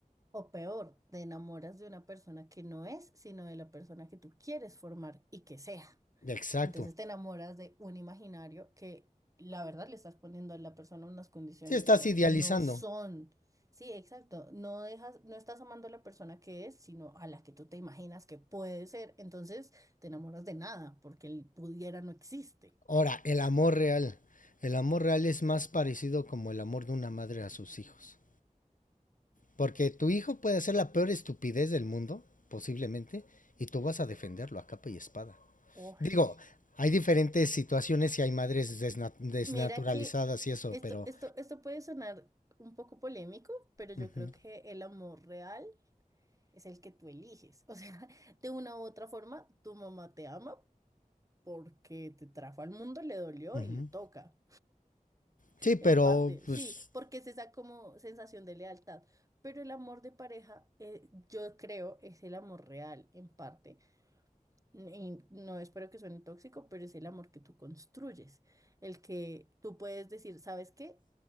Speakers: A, on the right; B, on the left.
A: O peor, te enamoras de una persona que no es, sino de la persona que tú quieres formar y que sea.
B: Exacto.
A: Entonces te enamoras de un imaginario que la verdad le estás poniendo a la persona unas condiciones
B: Si estás
A: que
B: idealizando.
A: no son. Sí, exacto. No dejas, no estás amando a la persona que es, sino a la que tú te imaginas que puede ser. Entonces te enamoras de nada, porque el pudiera no existe.
B: Ahora, el amor real. El amor real es más parecido como el amor de una madre a sus hijos. Porque tu hijo puede hacer la peor estupidez del mundo, posiblemente, y tú vas a defenderlo a capa y espada.
A: Uf,
B: Digo, hay diferentes situaciones y hay madres desna- desnaturalizadas
A: Mira que
B: y eso,
A: esto,
B: pero...
A: esto, esto puede sonar un poco polémico, pero yo
B: ujú,
A: creo que el amor real es el que tú eliges. O sea, <laughs> de una u otra forma, tu mamá te ama porque te trajo al mundo, le dolió
B: ujú.
A: y le toca.
B: Sí, pero
A: En parte,
B: pues
A: sí, porque es esa como sensación de lealtad. Pero el amor de pareja, eh, yo creo, es el amor real, en parte. Y no espero que suene tóxico, pero es el amor que tú construyes. El que tú puedes decir, ¿sabes qué?